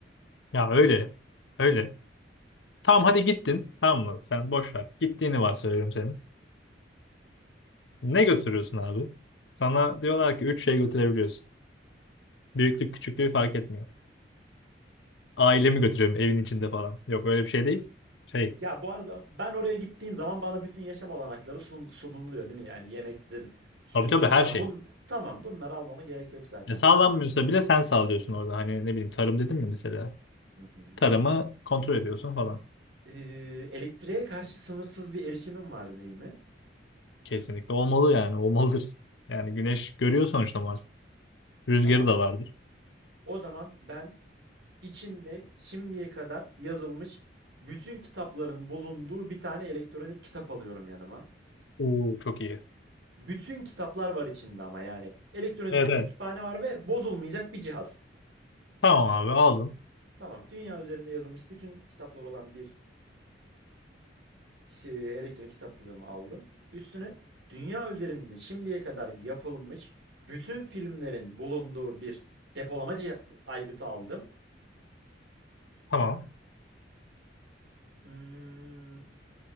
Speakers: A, on the left; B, on the right.
A: ya öyle. Öyle. Tamam hadi gittin. Tamam mı? Sen boş ver. Gittiğini varsayıyorum senin. Ne götürüyorsun abi? Sana diyorlar ki üç şey götürebiliyorsun. Büyüklük küçüklüğü fark etmiyor. Ailemi götürüyorum evin içinde falan. Yok öyle bir şey değil. Şey.
B: Ya bu arada ben oraya gittiğim zaman bana bütün yaşam olanakları sun- sunuluyor değil mi? Yani yemektir, sudur
A: Tabii tabii her
B: bu. Ya
A: şey.
B: Bun, tamam bunları almama gerek yok zaten.
A: E, sağlanmıyorsa bile sen sağlıyorsun orada. Hani ne bileyim tarım dedim mi mesela?
B: Hı hı.
A: Tarımı kontrol ediyorsun falan.
B: Ee, elektriğe karşı sınırsız bir erişimim var değil mi?
A: Kesinlikle olmalı yani olmalıdır. Yani güneş görüyor sonuçta Mars. Rüzgarı
B: Tamamdır.
A: da vardır.
B: O zaman ben içinde şimdiye kadar yazılmış bütün kitapların bulunduğu bir tane elektronik kitap alıyorum yanıma.
A: Oo çok iyi.
B: Bütün kitaplar var içinde ama yani elektronik
A: Evet
B: bir
A: evet.
B: kütüphane var ve bozulmayacak bir cihaz.
A: Tamam abi aldın.
B: Tamam. Dünya üzerinde yazılmış bütün kitaplar olan bir kişi, e, elektronik kitaplığımı aldım. Üstüne dünya üzerinde şimdiye kadar yapılmış bütün filmlerin bulunduğu bir depolamacı aygıtı aldım.
A: Tamam.
B: Hmm,